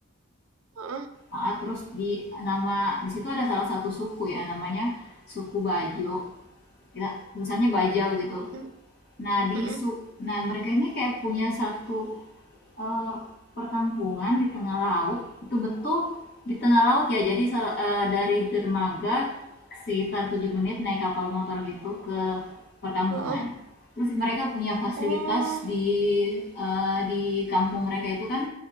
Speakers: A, on the right (about 80°); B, on the left (about 50°).
A: Heeh.
B: Ah, terus di nama di situ ada salah satu suku ya namanya suku Bajo. Ya, tulisannya Bajau gitu.
A: Mm,
B: Nah, di
A: mm-mm,
B: su nah mereka ini kayak punya satu, eee, perkampungan di tengah laut, betul-betul di tengah laut ya. Jadi sele dari dermaga sekitar 7 menit naik kapal motor gitu ke perkampungan.
A: heeh.
B: Terus mereka punya fasilitas
A: Oh,
B: di, eee, di kampung mereka itu kan